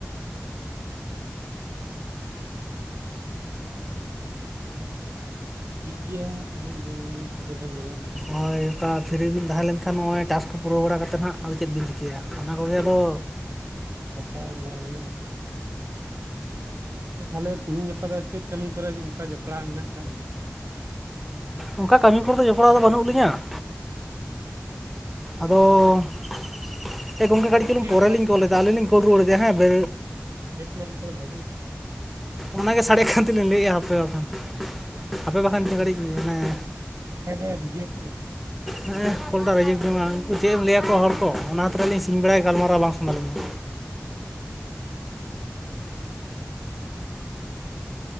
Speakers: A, on the right; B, in the centre.
A: ᱟᱪᱪᱷᱟ ᱴᱷᱤᱠ ᱜᱮᱭᱟ ᱛᱟᱦᱚᱞᱮ ᱧᱮᱞ ᱞᱤᱧ ᱛᱟᱦᱚᱞᱮ ᱵᱮᱱ ᱞᱟᱹᱭᱟᱫ ᱞᱤᱧᱟᱹ
B: ᱦᱳᱭ ᱚᱠᱟ ᱯᱷᱤᱨᱤ ᱵᱤᱱ ᱛᱟᱦᱮᱸ ᱞᱮᱱᱠᱷᱟᱱ ᱱᱚᱜᱼᱚᱭ ᱴᱟᱥᱠ ᱠᱚ ᱯᱩᱨᱟᱹᱣ ᱵᱟᱲᱟ ᱠᱟᱛᱮᱫ ᱦᱟᱸᱜ ᱟᱫᱚ ᱪᱮᱫ ᱵᱤᱱ ᱪᱤᱠᱟᱹᱭᱟ? ᱚᱱᱟ ᱠᱚᱜᱮ
A: ᱦᱮᱸ
B: ᱟᱫᱚ
A: ᱜᱟᱯᱟ ᱧᱮᱞ ᱦᱩᱭᱩᱜ-ᱟ᱾ ᱜᱚᱝᱠᱮ ᱛᱟᱦᱞᱮ ᱛᱤᱦᱤᱧ ᱜᱟᱯᱟ ᱫᱚ ᱪᱮᱫ ᱠᱟᱹᱢᱤ ᱠᱚᱨᱮ ᱚᱱᱠᱟ ᱡᱚᱯᱲᱟᱣ ᱢᱮᱱᱟᱜ ᱟᱠᱟᱜ ᱵᱤᱱᱟ?
B: ᱚᱱᱠᱟ ᱠᱟᱹᱢᱤ ᱠᱚᱨᱮ ᱫᱚ ᱡᱚᱯᱲᱟᱣ ᱫᱚ ᱵᱟᱹᱱᱩᱜ ᱞᱤᱧᱟ᱾ ᱟᱫᱚ ᱾ ᱮ ᱜᱚᱢᱠᱮ ᱠᱟᱹᱴᱤᱡ
A: ᱜᱚᱝᱠᱮ
B: ᱪᱩᱞᱩ ᱯᱚᱨᱮᱞᱤᱧ
A: ᱚᱸᱰᱮ
B: ᱠᱚᱞ ᱮᱫᱟ ᱟᱹᱞᱤᱧ ᱞᱤᱧ ᱠᱚᱞ ᱨᱩᱣᱟᱹᱲ <inaudible> ᱦᱮᱸ ᱵᱮ
A: <unintelligible> ᱦᱤᱢ ᱞᱮᱱᱠᱷᱟᱱ ᱵᱷᱟᱹᱜᱮ
B: ᱚᱱᱟᱜᱮ ᱥᱟᱰᱮᱜ ᱠᱷᱟᱱ ᱛᱮᱞᱤᱧ ᱞᱟᱹᱭ ᱮᱜᱼᱟ ᱦᱟᱯᱮ ᱵᱟᱠᱷᱟᱱ ᱟᱯᱮ ᱵᱟᱠᱷᱟᱱ
A: ᱵᱟᱠᱷᱟᱡ
B: <inaudible> ᱢᱟᱱᱮ
A: ᱵᱟᱠᱷᱟᱡ ᱫᱚ ᱨᱤᱡᱮᱠᱴᱚᱜᱼᱟ
B: ᱦᱮᱸ ᱠᱚᱞᱴᱟ ᱨᱟᱡᱤᱵᱽ ᱵᱢᱟ ᱩᱱᱠᱩ ᱪᱮᱫ ᱮᱢ ᱞᱟᱹᱭᱟᱠᱚᱣᱟ ᱦᱚᱲ ᱠᱚ ᱚᱱᱟᱛ ᱨᱮ ᱞᱞᱤᱧ ᱥᱤᱧ ᱵᱟᱲᱟᱭᱟ ᱜᱟᱞᱢᱟᱨᱟᱣ ᱵᱟᱝ ᱥᱟᱱᱟ ᱞᱤᱧᱟ <unintelligible>
A: ᱦᱮᱸ <unintelligible>